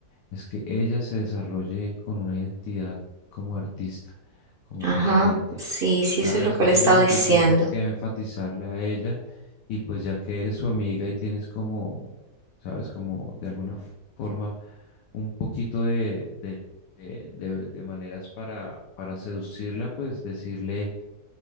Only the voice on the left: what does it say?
es que ella se desarrolle con una identidad como artista, como
cantante.
¿Sabes?
Eso
es lo que
tú tienes que enfatizarle a ella y pues ya que eres su amiga y tienes como, ¿sabes? Como de alguna f- forma un poquito de, de, de- de- de maneras para, para seducirla, pues decirle